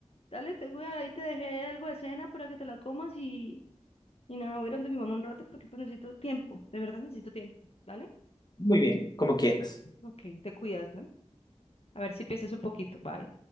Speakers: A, on the left; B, on the left.
A: Dale, te voy, ahí te dejé algo de cena para que te la comas y, y nada, voy a ir donde mi mamá un rato porque pues necesito tiempo, de verdad necesito tiempo, ¿dale?
B: Muy bien, como quieras.
A: Ok, te cuidas, ¿no? A ver si piensas un poquito, bye.